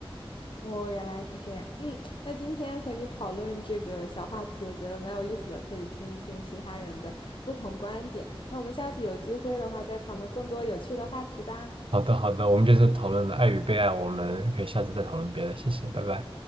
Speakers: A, on the left (about 55°); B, on the right (about 60°).
A: 哦，原来是这样。嗯，那今天和你讨论这个小话题，我觉得蛮有意思的，可以听一听其他人的不同观点。那我们下次有机会的话，再讨论更多有趣的话题吧。
B: 好的，好的，我们这次讨论了爱与被爱，我们可以下次再讨论别的，谢谢，拜拜。